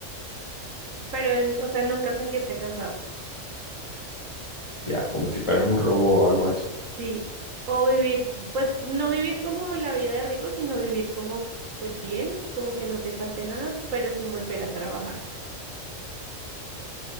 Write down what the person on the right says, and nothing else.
Pero, en- o sea, nunca sentirte cansado.
Sí. O vivir, pues no vivir como la vida de rico, sino vivir como, pues bien, como que no te falte nada, pero sin volver a trabajar.